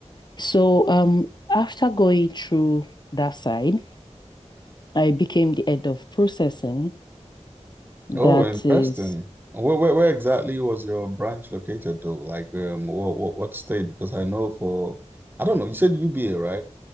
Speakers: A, on the left; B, on the right.
A: So um, after going through that side, I became the head of processing. That
B: Oh, interesting.
A: is,
B: Where, where, where exactly was your branch located though? Like, um, what, what, what state? Because I know for, I don't know, you said UBA, right?